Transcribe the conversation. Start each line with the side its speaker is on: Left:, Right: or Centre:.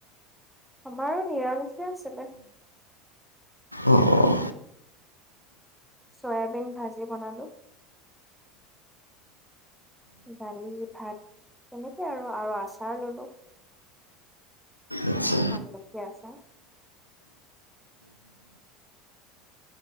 Centre: আমাৰো নিৰালিষে আছিলে
Left: অঁ অঁ
Centre: চয়াবিন ভাজি বনালোঁ। দালি ভাত তেনেকে আৰু আৰু আচাৰ ললো
Left: আচ্ছা
Centre: আমলখি আছা